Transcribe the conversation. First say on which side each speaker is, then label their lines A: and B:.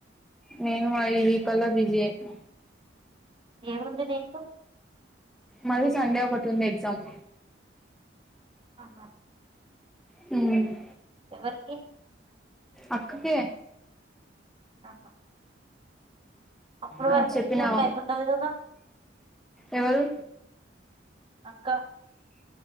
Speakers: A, in the centre; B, on the right.
A: మే నువ్వా ఈ కల్ల
B: ఏంటి
A: బిజీ అయిపో
B: ఏముంది దీంట్లో
A: మళ్ళీ సండే ఒకటుంది ఎగ్జామ్.
B: ఆహా
A: మ్
B: ఎవరికి?
A: అక్కకె.
B: ఆహా అప్పటి
A: ఆ
B: వరకు
A: చెప్పినావా
B: ఇన్ని ఉంటే అయిపోతది కదా
A: ఎవరు
B: అక్క